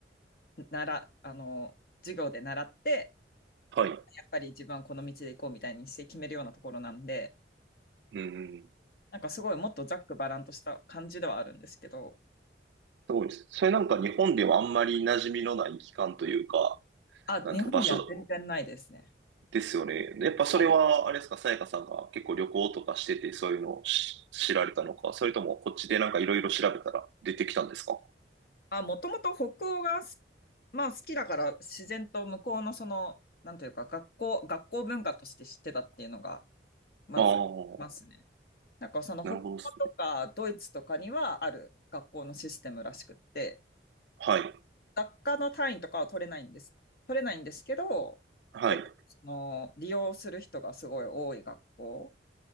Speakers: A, on the left; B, on the right.
A: なら、あの、授業で習って、
B: はい。
A: やっぱり一番この道で行こうみたいにして決めるようなところなんで、
B: うん。
A: なんかすごいもっとざっくばらんとした感じではあるんですけど、
B: すごいです。それなんか日本ではあんまり馴染みのない機関というか、
A: あ、
B: なんていうか場所
A: 日本には全然ないですね。
B: ですよね。やっぱそれは、
A: はい、
B: あれですか、さやかさんが結構旅行とかしててそういうのをし知られたのか、それともこっちでなんかいろいろ調べたら出てきたんですか
A: あ、もともと北欧がまあ、好きだから自然と向こうのその、なんというか学校、学校文化として知ってたっていうのがまずますね。
B: ああー、
A: なんかその北欧とかドイツとかにはある学校のシステムらしくって、
B: なるほどですはい。
A: 学科の単位とかは取れないんです。取れないんですけど、
B: はい。
A: 結構その利用する人がすごい多い学校。